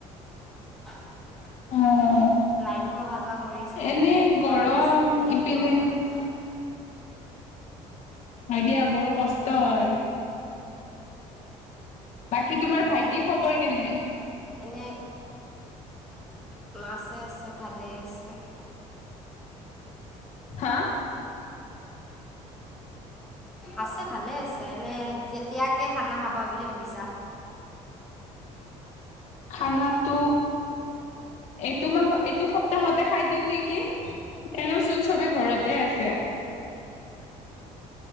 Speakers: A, in the centre; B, on the left.
A: <unintelligible>
B: অ'
A: লাইনতটো অহা যোৱা কৰি আছে মানে
B: এনে
A: দিগদাৰ
B: গৰম
A: দি আছে এই
B: ইপিনে
A: গৰমত।
B: এতিয়াা বৰ কষ্ট
A: উম,
B: হয়। বাকী তোমাৰ
A: উম,
B: ভাইটি খবৰ
A: তাকে
B: কেনে?
A: এনে আছে আছে ভালেই আছে,
B: হা?
A: আছে ভালে আছে এনে কেতিয়াকে খানা খাবা বুলি ভাবিছা?
B: খানাটো। এইটো মাহত এইটো সপ্তাহতে খাই দিওঁ নেকি? এনচোন চবে ঘৰতে আছে।